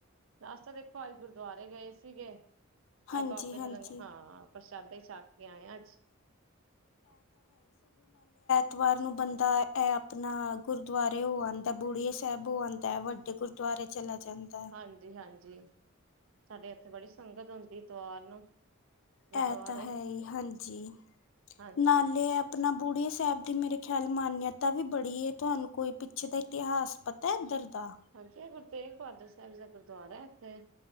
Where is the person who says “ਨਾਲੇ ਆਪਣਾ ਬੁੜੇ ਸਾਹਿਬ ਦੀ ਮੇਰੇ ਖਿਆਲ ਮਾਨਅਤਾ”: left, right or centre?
Left